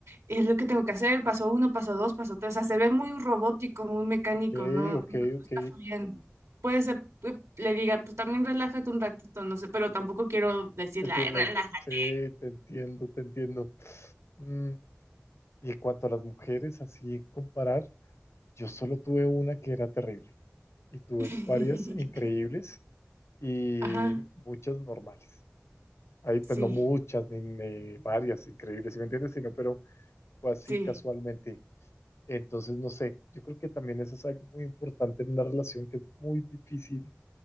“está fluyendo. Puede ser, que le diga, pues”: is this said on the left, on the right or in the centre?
Right